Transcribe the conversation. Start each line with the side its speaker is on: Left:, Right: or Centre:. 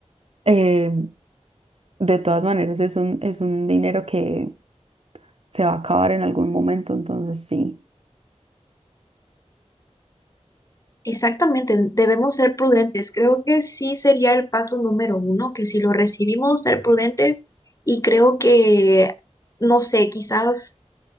Right: eh, de todas maneras es un, es un dinero que se va a acabar en algún momento, entonces sí.
Left: Exactamente, debemos ser prudentes. Creo que sí sería el paso número uno, que si lo recibimos, ser prudentes y creo que, no sé, quizás